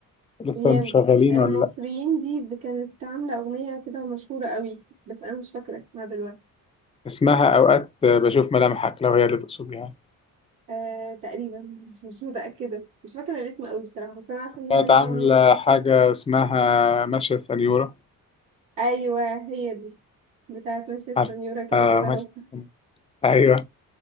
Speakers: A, on the left; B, on the right.
A: لسه
B: هي
A: شغالين
B: المصريين
A: ولا لا
B: دي ب- كانت عاملة أغنية كده مشهورة قوي بس أنا مش فاكرة اسمها دلوقتي
A: اسمها اوقات بشوف ملامحك لو هي اللي تقصد يعني
B: آه تقريبا مش مش متأكدة مش فاكرة الاسم قوي بصراحة بس أنا عارفة إن
A: كانت
B: هما ليهم
A: عاملة
B: أغنية مشهورة
A: حاجة اسمها ماشية سنيورة
B: أيوة هي دي بتاعت ماشية السنيورة
A: عارف
B: كده
A: آه
B: كده
A: ماشية
B: أهو
A: سنيورة. ايوه